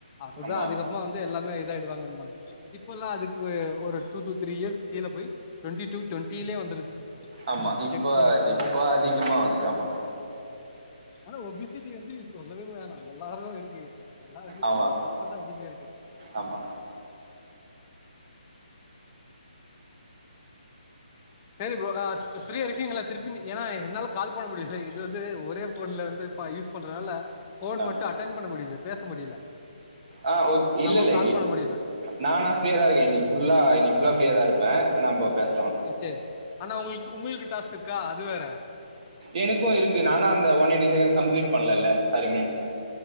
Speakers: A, on the left; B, on the right.
A: அதுதா
B: ஆமா
A: அதுக்கப்புமா வந்து எல்லாமே இதாயி டுவாங்கனுபாங்க இப்பல்லா அதுக்கு ஒரு டூ டூ த்ரீ இயர்ஸ் கீழ போய் டுவெண்டி டு டுவண்டிலயே வந்துருச்சு ஏனா
B: ஆமா இப்ப
A: செக் பண்ணி சொன்ன
B: இப்ப
A: மாரி
B: அதிகமா வந்துச்சு ஆமா
A: ஆனா ஓபிசிடி வந்து சொல்லவே வேணா எல்லாருக்கு இருக் இப்போ எல்லார்கிட்டயும்
B: ஆமா
A: தொப்பதா அதிக இருக்கு
B: ஆமா
A: சரி ப்ரோ ஆ ப்ரீயா இருபீங்களா திருப்பி ஏன்னா என்னால கால் பண்ண முடியாது இது வந்து ஒரே போன்ல வந்து யூஸ் பண்றதுனால ஃபோன்
B: ஆ
A: மட்டு அட்டன் பண்ண முடியுது பேச முடியல
B: ஆ ஓக் இல்ல
A: நம்ம
B: இல்ல
A: கால் பண்ண முடியல
B: நா நா ப்ரீயா தான் இருக்கேன் இன்னிக்கு புல்லா இன்னிக்கு புல்லா ப்ரீயா தா இருப்பே இப்ப நம்ப பேச
A: அ சரி அண்ணா உங்களுக்கு உங்களுக்கு டாஸ்க் இருக்கா அது வேற
B: எனக்கு இருக்கு நானு அந்த ஒன் எயிட்டி செக்கன்ட்ஸ் கம்ப்ளீட் பண்ணலல்ல சாரி மினிட்ஸ்